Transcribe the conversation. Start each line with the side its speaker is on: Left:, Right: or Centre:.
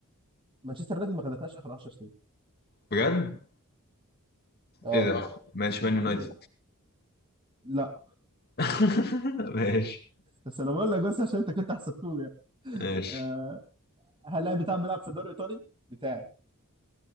Right: مانشستر يونايتد ما خدتهاش اخر 10 سنين
Left: بجد
Right: اه
Left: ايه ده ماشي مان
Right: يعني
Left: يونايتد
Right: لا
Left: <laughs> ماشي
Right: بس انا بقول لك بس عشان انت كنت حسبتهم يعني
Left: ماشي
Right: آه هل لاعب بتاع بيلعب في الدوري الايطالي؟ بتاعي